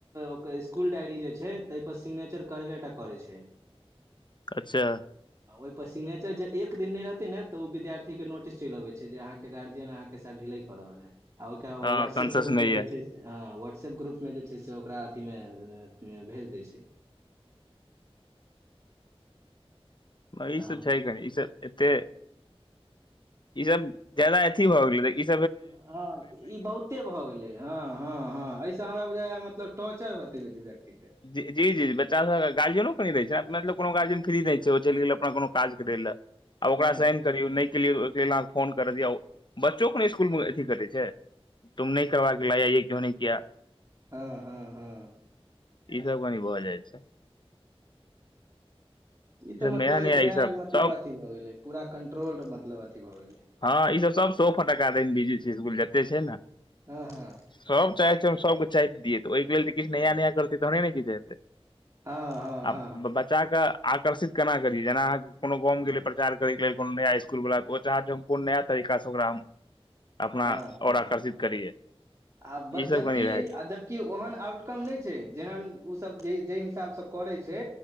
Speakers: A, on the right; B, on the left.
A: ओकर इसकुल डायरी जे छै तैय पर सिग्नेचर करबे टा करै छै
B: कच्छा
A: आ ओयप सिगनेचर जे एक दिन नै रहतै ने तऽ ओ विद्यार्थे के नोटिस चलि अबै छै जे अहाँके गार्जियन अहाँ के साथ ढिलैय कऽ रहल है आ ओयके
B: हँ
A: व्हाट्सऐप
B: कॉन्सस
A: ग्रुप
B: नहि
A: मे
B: ये
A: जे छै हँ व्हाट्सएप ग्रुपमे जे छै से ओकरा अथीमे भेज दै छै
B: म
A: तऽ
B: ई सब
A: हम
B: छै कनी ईसभ एते ई सब ज्यदा अथी भऽ गेलै इ
A: हँ ई बहुते भऽ गेलै हँ हँ हँ ऐ हमरा बुझा मतलब टॉर्चर <unintelligible> व्यक्ति के
B: जी जी जी बच्चा गार्जियनो कनि रहै छै अपना सऽ कोनो गार्जियन फ्री नै छै ओ चलि गेल अपना कोनो काज करै लए आब ओकरा
A: हँ
B: साइन करियौ नहि केलियौ तऽ ओइकेँ लेल अहाँकेँ फोन करत य बच्चोकेँ नै इसकुलमे अथी करैत छै <unintelligible>
A: हँ हँ हँ
B: ई सब कनी भऽ जाइ छै
A: ई तऽ
B: सब
A: मतलब
B: नया नया
A: एकबैग
B: ई सब
A: मतलब
B: सब
A: अथी भए गेले पूरा कंट्रोल मतलब अथी भए गेले
B: हँ ई सब सब सए फटकका द बिजी छै इसकुल जते छै न
A: हँ हँ
B: सभ चाहै छै हम सभ केँ चाइप दियै तऽ ओइकेँ लेल तऽ किछ नया नया करतै तहने नऽ किछ हेतै
A: हँ हँ
B: आ
A: हँ
B: बच्चा कऽ आकर्षित केना करी जेना अहाँ कोनो गाँव मे गेले प्रचार करय केँ लेल कोनो नया इस कुल वला ओ चाहत जे हम कोन नया तरीका सऽ ओकरा हम अपना
A: हँ हँ
B: ओर
A: हँ
B: आकर्षित करियै
A: आ बज
B: ई सब
A: जबकी
B: कनि रहै
A: आ जब केँ ओहन आउटकम नहि छै जेहन ओसभ जाय जाय हिसाबसँ करै छै